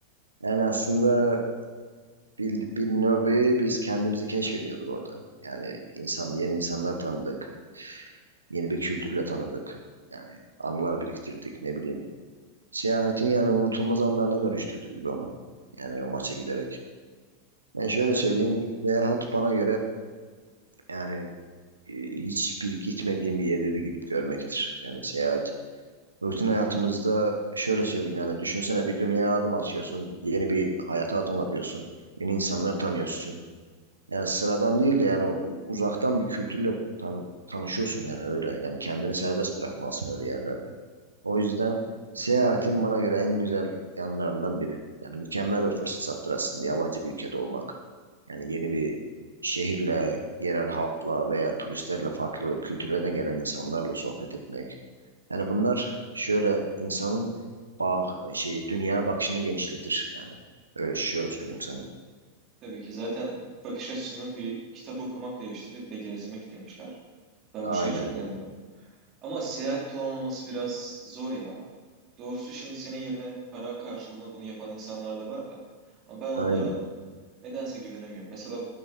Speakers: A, on the right; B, on the right.
A: Yani aslında bir, bir nevi biz kendimizi keşfediyorduk orada. Yani insan, yeni insanlar tanıdık. Yeni bir kültürle tanıdık. Yani anılar biriktirdik ne bileyim Seyahatin yani unutulmaz anlarına dönüştürdük biz onu. Yani o maça giderek. Ben şöyle
B: Ya,
A: söyleyeyim, seyahat bana göre yani e, hiçbir gitmediğim bir yerleri gidip görmektir. Yani seyahat. Rutin hayatımızda şöyle söyleyeyim yani düşünsene bir dünyaya adım atıyorsun, yeni bir hayata adım atıyorsun, yeni insanlar tanıyorsun. Yani sıradan değil de yani u- uzaktan bir kültürle tan- tanışıyorsun yani öyle. Yani kendini serbest bırakmalısın öyle yerlerde. O yüzden seyahatin bana göre en güzel yanlarından biri. Yani mükemmel bir fırsattır aslında yabancı bir ülkede olmak. Yani yeni bir şehirle, yerel halkla veya turistlerle farklı kültürlerden gelen insanlarla sohbet etmek. Yani bunlar şöyle insanın bağ, şey, dünyaya bakışını genişletir yani. Öyle şöyle söyleyeyim sana.
B: tabii ki zaten bakış açısını bir kitap okumak değiştirir bir de gezmek demişler. Ben
A: Aynen
B: bu şeye çok
A: öyle.
B: inanıyorum. Ama seyahat planlaması biraz zor ya. Doğrusu şimdi senin yerine para karşılığında bunu yapan insanlar da var da. Ama ben onlara
A: Aynen.
B: nedense güvenemiyorum. Mesela